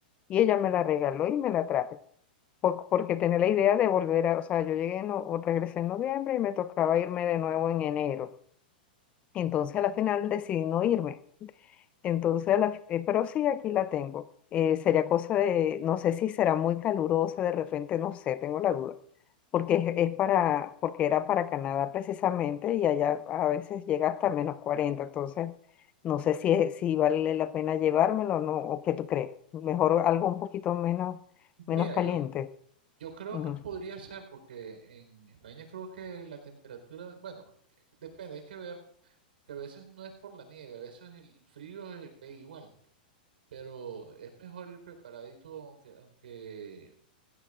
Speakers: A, on the left; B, on the right.
A: Y ella me la regaló y me la traje. por- porque tenía la idea de volver a, o sea, yo llegué, en no, o regresé en noviembre y me tocaba irme de nuevo en enero. Entonces a la final decidí no irme. Entonces, la- eh, pero sí, aquí la tengo. Eh, sería cosa de, no sé si será muy calurosa, de repente, no sé, tengo la duda. Porque es, es para, porque era para Canadá precisamente y allá a veces llega hasta menos cuarenta Entonces, no sé si, es- si vale la pena llevármelo o no, o qué tú crees. Mejor algo un poquito menos,
B: Mira,
A: menos caliente.
B: yo Yo creo
A: Ujú.
B: que podría ser porque en España creo que la temperatura, bueno, que- depende, hay que ver, que a veces no es por la nieve, a veces el frío eh, pega igual, pero es mejor ir preparadito, aunque, aunque,